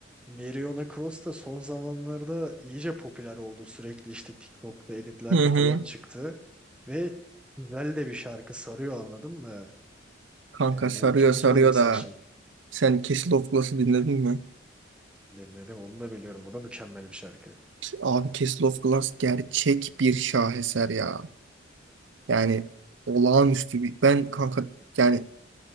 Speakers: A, in the centre; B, on the right.
A: Meriona Cross da son zamanlarda iyice popüler oldu. Sürekli işte TikTok'ta editlerde
B: Hı hı.
A: falan çıktı. Ve güzel de bir şarkı sarıyor anladın mı?
B: Kanka
A: Yani
B: sarıyor
A: çok
B: sarıyor
A: zor bir seçim.
B: da. Sen Castle of Glass'ı dinledin mi?
A: Dinledim onu da biliyorum. Bu da mükemmel bir şarkı.
B: Abi Castle of Glass gerçek bir şaheser ya. Yani olağanüstü bir. Ben kanka yani